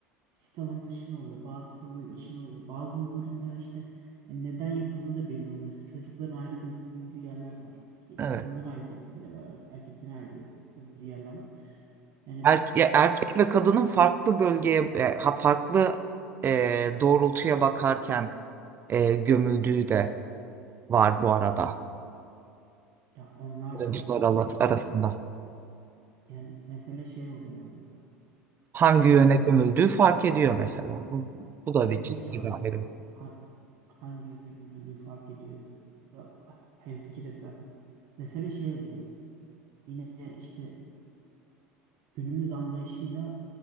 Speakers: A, on the right; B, on the right.
A: sit alanı dışına oluyor. Bazı sit alanı içine oluyor. Bazılarında işte e, neden yapıldığı da belli olmuyor. Mesela çocukların ayrı gömüldüğü yerler var. İşte
B: Evet.
A: kadınların ayrı gömüldüğü yerler var. Erkeklerin ayrı gö- gömüldüğü yerler var. Yani
B: Erke
A: bu
B: erkek ve kadının farklı bölgeye, e, ha- farklı e, doğrultuya bakarken e, gömüldüğü de var bu arada.
A: ya onlar
B: Oyuncular
A: da var tabii
B: ala-
A: ki
B: arasında.
A: de. Yani mesele şey oluyor orada.
B: Hangi
A: İşte
B: yöne gömüldüğü fark ediyor mesela. Bu, bu da
A: Tabii
B: bir ciddi
A: ki hangi
B: bir ayrım.
A: ha- hangi yöne gömüldüğü fark ediyor. Burada hemfikiriz zaten. Mesele şey oluyor. Yine işte günümüz anlayışıyla